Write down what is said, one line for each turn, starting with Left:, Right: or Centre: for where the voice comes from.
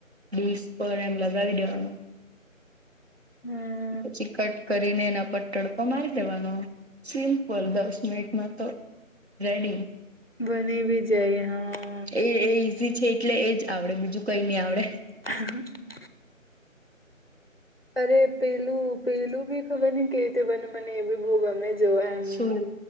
Right: ડીસ પર એમ લગાવી દેવાનુ
Left: હમ્મ
Right: ઈ પછી કટ કરીને એના પર તડકો મારી દેવાનો સિમ્પલ દસ મિનિટમાં તો રેડી
Left: બની બી જાય હા
Right: એ એ ઈઝી છે, એટલે એજ આવડે બીજું કઈ ની આવડે
Left: હ અ અરે પેલું પેલું બી ખબર ની કેવી રીતે બને મને એ બી બો ગમે જોઆ એમ
Right: શું